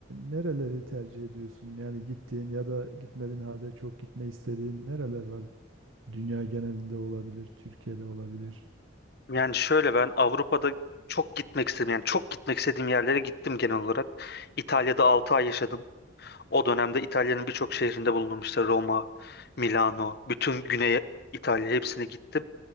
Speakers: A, on the right; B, on the left.
A: nereleri tercih ediyorsun? Yani gittiğin ya da gitmediğin halde çok gitme istediğin nereler var? Dünya genelinde olabilir, Türkiye'de olabilir.
B: Yani şöyle ben Avrupa'da çok gitmek istedim. Yani çok gitmek istediğim yerlere gittim genel olarak. İtalya'da 6 ay yaşadım. O dönemde İtalya'nın birçok şehrinde bulundum. İşte Roma, Milano, bütün Güney İtalya hepsine gittim.